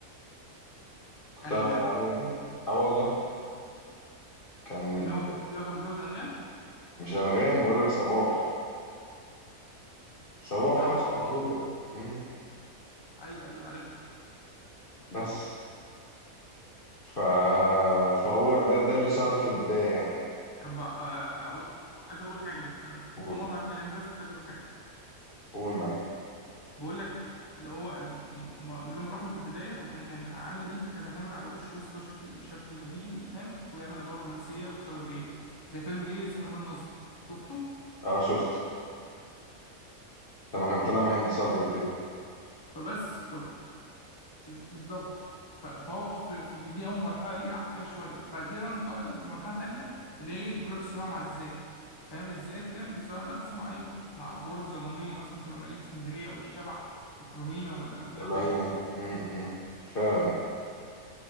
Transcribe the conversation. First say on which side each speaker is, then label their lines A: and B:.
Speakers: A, on the left (about 40°); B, on the left (about 15°).
A: كنت
B: انغام
A: عارف المعلومة دي اه والله كان متج-
B: اللي هو اللي هو كان متجوز انغام
A: مش انغام بقول لك صباح صباح
B: صباح
A: على الشحرورة
B: اه
A: مم،
B: ايوه ايوه عارف
A: بس ف... فهو ده ده اللي ساعده في البداية يعني
B: طب أ- أ- اقول عايز اقول حاجه بقى ثواني
A: قول
B: بدون مقاطعه كلامك بس كنت عايز اقول حاجه
A: قول معايا
B: بقول لك اللي هو م- اللي هو راح له في البدايه وكان كان عامل ايه كان بيعتمد على وشه بس اللي هو شكل شاب جميل فاهم هو بيعمل ادوار رومانسيه وشبابيه زي فيلم ايه سنه اولى النصب شفته
A: اه شفته لما كان طلع مع هند صبري وكده
B: فبس بز- بالظبط ف- فهو في في دي, دي اول مرحله ليه قعد فيها شويه بعد كده بقى انتقل لمرحله تانية اللي هي بيقول لك صراع مع الذات فاهم الذات فاهم بيصارع نفسه مع ايه مع ادوار الظلاميه مثلا زي مماليك اسكندريه والشبح والرهينه والافلام
A: والرهينة
B: ديت
A: امم امم. فعلا